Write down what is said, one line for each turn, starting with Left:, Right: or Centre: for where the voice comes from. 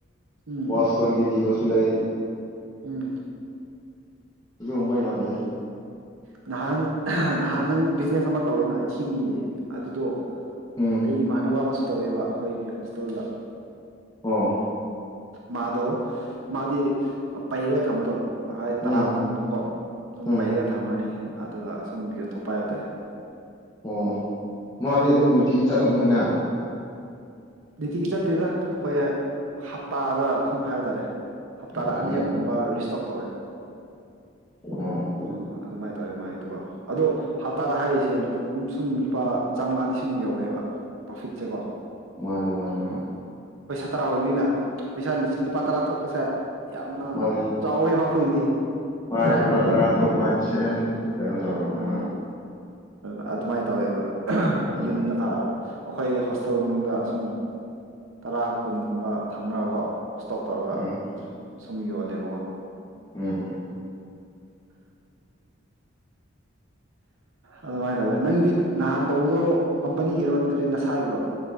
Right: ꯎꯝ
Left: ꯋꯥꯥꯁꯇꯣꯟ ꯀ ꯁ ꯆꯂꯥꯏꯌꯦ
Right: ꯎꯝ
Left: ꯏ ꯔꯝꯕ ꯌꯥꯗꯦ
Right: ꯅꯍꯥꯟ ꯅꯍꯥꯟ ꯅꯪ ꯕꯤꯖꯤꯅꯦꯁ ꯑꯃ ꯇꯧꯋꯦꯅ ꯏꯁꯤꯡꯒꯤ ꯑꯗꯨꯗꯣ
Left: ꯎꯝ
Right: ꯑꯩꯒꯤ ꯃꯥꯅꯅꯕ ꯑꯃꯁ ꯇꯧꯋꯦꯕ ꯑꯩꯈꯣꯏꯒꯤ ꯍꯣꯁꯇꯦꯜꯗ
Left: ꯑꯣ
Right: ꯃꯥꯗꯣ ꯃꯥꯗꯤ ꯄꯩꯔꯒ ꯊꯝꯕꯗꯣ ꯑꯍꯣꯏ
Left: ꯎꯝ
Right: ꯇꯔꯥ ꯀꯨꯟꯃꯨꯛꯀꯣ ꯑꯗꯨꯨꯝ
Left: ꯎꯝ
Right: ꯄꯩꯒ ꯊꯝꯃꯅꯤ ꯑꯗꯨꯒ ꯑꯁꯨꯝ ꯌꯣꯟꯊꯣꯛꯄ ꯍꯥꯏꯕ ꯇꯔꯦ
Left: ꯑꯣ ꯃꯥꯗꯤ ꯑꯗꯨꯝ ꯅꯨꯡꯇꯤꯒꯤ ꯆꯠꯂꯝꯕꯣꯏꯅ
Right: ꯅꯨꯡꯇꯤꯒꯤ ꯆꯠꯇꯦꯗ ꯑꯩꯈꯣꯏ ꯍꯞꯇꯥꯗ ꯁꯨꯝ ꯍꯥꯏꯕ ꯇꯥꯔꯦ ꯍꯞꯇꯥꯗ
Left: ꯑꯣ
Right: ꯑꯅꯤꯔꯛꯀꯨꯝꯕ ꯔꯤꯁꯇꯣꯛ ꯇꯧꯋꯦ
Left: ꯑꯣ
Right: ꯎꯝ ꯑꯗꯨ ꯃꯥꯥꯏ ꯇꯧꯋꯦ ꯃꯥꯒꯤꯗꯨꯀꯣ ꯑꯗꯣ ꯍꯞꯇꯥꯗ ꯍꯥꯏ ꯁꯨꯝ ꯂꯨꯄꯥ ꯆꯥꯝꯃꯉꯥꯗꯤ ꯁꯨꯝ ꯌꯧꯋꯦꯕ ꯄ꯭ꯔꯣꯐꯤꯠꯁꯦ ꯀꯣ
Left: ꯃꯥꯅꯦ ꯃꯥꯅꯦ ꯍꯣꯏ
Right: ꯇꯔꯥ ꯑꯣꯏꯕꯤꯅ ꯄꯩꯁꯥꯁꯤꯡ ꯂꯨꯄꯥ ꯇꯔꯥ ꯊꯣꯛꯄꯁꯦ ꯌꯥꯝꯅ
Left: ꯃꯥꯅꯦ
Right: ꯆꯥꯎꯋꯦꯕ ꯑꯩꯈꯣꯏꯒꯤꯗꯤ
Left: ꯃꯥꯅꯦ
Right: ꯁꯥꯇ꯭ꯔꯥꯒꯤꯗꯤꯀꯣ
Left: ꯂꯨꯄꯥ ꯇꯔꯥ ꯊꯣꯛꯄ ꯍꯥꯏꯕꯁꯦ ꯌꯥꯝ ꯀꯩꯅꯣ ꯇꯧꯔꯕꯅꯦ
Right: ꯎꯝ
Left: ꯍꯣꯏ
Right: ꯑꯗꯨꯃꯥꯏꯅ ꯇꯧꯋꯦꯕ
Left: ꯎꯝ
Right: ꯌꯨꯝꯗ ꯑ ꯑꯩꯈꯣꯏ ꯍꯣꯁ ꯇꯦꯜ ꯃꯅꯨꯡꯗ ꯁꯨꯝ ꯇꯔꯥ ꯀꯨꯟꯒꯨꯝꯕ ꯊꯝꯂꯒꯀꯣ ꯏꯁꯇꯣꯛ ꯇꯧꯔꯒ
Left: ꯎꯝ
Right: ꯁꯨꯝ ꯌꯣꯜꯂꯦꯕꯀꯣ
Left: ꯎꯝ
Right: ꯑꯗꯨꯃꯥꯏꯅ ꯇꯧꯋꯦ ꯅꯪꯒꯤꯗꯤ ꯅꯍꯥꯟ ꯇꯧꯕꯗꯣ ꯀꯝꯄꯅꯤꯒꯤꯔꯣ ꯅꯠꯇ꯭ꯔꯗꯤ ꯅꯁꯥꯒꯤꯔꯣ